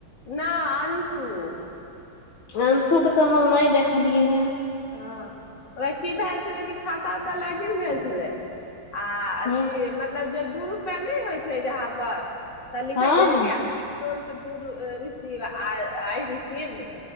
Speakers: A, on the left (about 55°); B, on the left (about 70°).
A: न अंशु
B: अंशु के तऽ हम नहि देखलियै हे
A: हँ उह की भेल छलै कि खाता उाता लागि भेल छलै आथी
B: हे
A: मतलब जे दू रुपआ नहि होइ छै जहाँ पर तऽ लिखै
B: हँ
A: छियै ने
B: हँ
A: कि रीव आइ रसीव